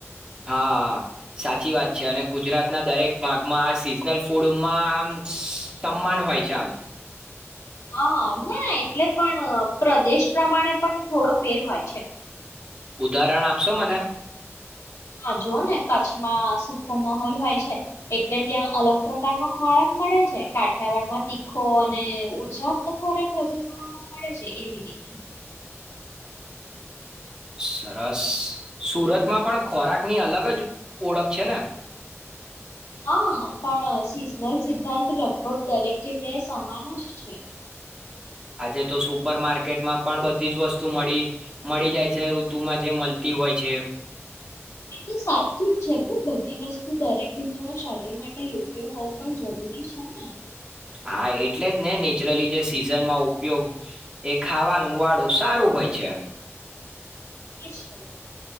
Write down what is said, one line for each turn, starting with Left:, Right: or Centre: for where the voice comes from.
Right: હા. સાચી વાત છે. અને ગુજરાતના દરેક ભાગમાં આ સિઝનલ ફૂડમાં આમ સમાન હોય છે. આમ <unintelligible> <unintelligible>
Left: હા. ના એટલે પણ પ્રદેશ પ્રમાણે પણ થોડો ફેર હોય છે.
Right: ઉદાહરણો આપશો મને.
Left: હા જો ને કચ્છમાં સુખો મહોલ હોય છે એટલે ત્યાં અલગ પ્રકારનો ખોરાક મળે છે કાઠિયાવાડમાં તીખો અને ઉર્જા આપતો ખોરાક વધુ જોવા મળે છે એવી રીતે.
Right: સરસ સુરતમાં પણ ખોરાકની અલગ જ ઓળખ છે ને!
Left: હા પણ સિઝનલ સિદ્ધાંત લગભગ દરેક જગ્યાએ સમાન જ છે.
Right: આજે તો સુપર માર્કેટમાં પણ બધી જ વસ્તુ મળી મળી જાય છે ઋતુમાં જે મલતી હોય છે.
Left: એ તો સાચું જ છે પણ બધી વસ્તુ દરેકને શરીર માટે યોગ્ય હોવું પણ જરૂરી છે ને!
Right: હા એટલે જ ને નેચરલી જે સિઝનમાં ઉપયોગ એ ખાવાનું વાળું સારું હોય છે.
Left: એજ તો.